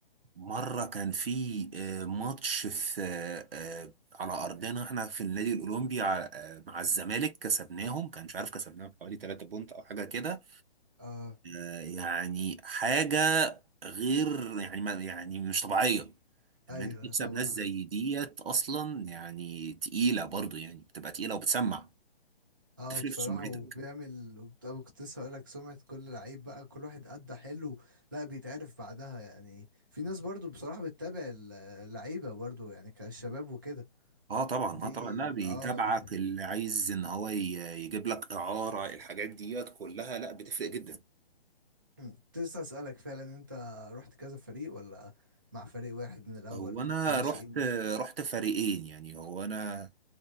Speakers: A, on the right (about 70°); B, on the right (about 20°).
A: مرة كان في آه، ماتش في آه، آه، على أرضنا احنا في النادي الأولمبي ع- آه، مع الزمالك كسبناهم كان مش عارف كسبناهم حوالي 3 بونت أو حاجة كده
B: أه
A: آه، يعني حاجة غير يعني ما يعني مش طبيعية إن
B: أيوه
A: أنت تكسب
B: طبعا
A: ناس زي ديت أصلا يعني تقيلة برضو يعني بتبقى تقيلة وبتسمع
B: اه
A: بتفرق
B: بصراحة
A: في سمعتك
B: وبيعمل وبت- أنا كنت لسه هقولك سمعة كل لعيب بقى كل واحد أدى حلو لا بيتعرف بعدها يعني في ناس برضو بصراحة بتتابع ال- اللعيبة برضو يعني كالشباب وكده
A: اه طبعا
B: دي
A: اه طبعا لا بيتابعك
B: اه دي
A: اللي عايز ان هو ي- يجيب لك اعاره الحاجات ديت كلها لا بتفرق جدا
B: مم. كنت لسه أسألك فعلا انت رحت كذا فريق ولا مع فريق واحد من الأول
A: هو انا
B: كناشئين
A: رحت
B: وكده
A: رحت فريقين يعني هو انا